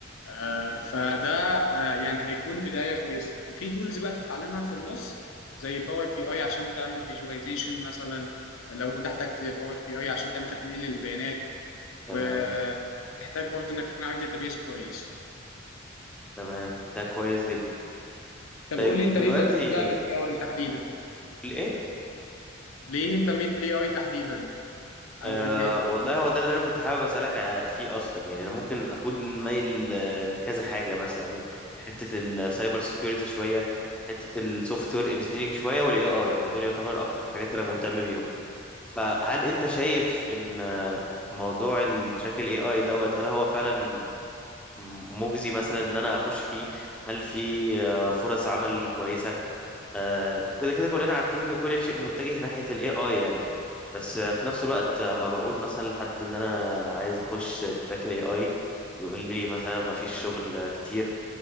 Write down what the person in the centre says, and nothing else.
تمام
تمام ده كويس جدا
طيب
دلوقتي
الايه
أه
والله هو ده اللي انا كنت حابب اسالك ع- فيه اصلا يعني انا ممكن اكون مايل آه، لكذا حاجه مثلا حته السايبر سيكيورتي شويه حته السوفت وير انجينيرنج شويه والاي اي يعني دول يعتبر اكتر حاجات انا مهتم بيهم فهل انت شايف ان آه، موضوع التراك الاي اي دوت هل هو فعلا مجزي مثلا ان انا اخش فيه هل في آه، فرص عمل كويسه آه، كده كده كلنا عارفين ان كل شيء متجه ناحية الاي اي يعني بس آه، في نفس الوقت اما بقول مثلا لحد ان انا عايز اخش تراك الاي اي يقول لي مثلا ما فيش شغل كتير